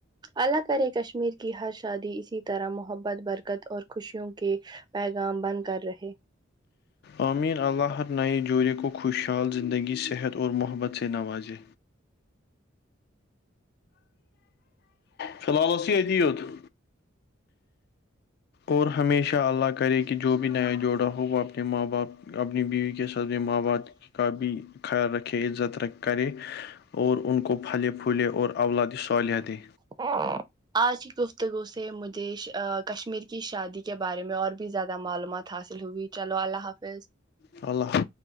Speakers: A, on the right; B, on the left.
A: اللہ کرے کشمیر کی ہر شادی اسی طرح محبت برکت اور خوشیوں کے پیغام بن کر رہے
B: امین اللہ ہر نئے جوڑے کو خوشحال زندگی صحت اور محبت سے نوازے فی الحال اس یدی ہو تم اور ہمیشہ اللہ کرے کہ جو بھی نیا جوڑا ہو وہ اپنے ماں باپ اپنی بیوی ساتھ ماں باپ کا بھی خیال رکھے عزت را کرے اور ان کو پھلے پھولے اور اولاد صالح دیں
A: ہاں آج کی گفتگو سے مجھے ش کشمیر کی شادی کے بارے میں اور بھی زیادہ معلومات حاصل ہوئی چلو اللہ حافظ
B: اللہ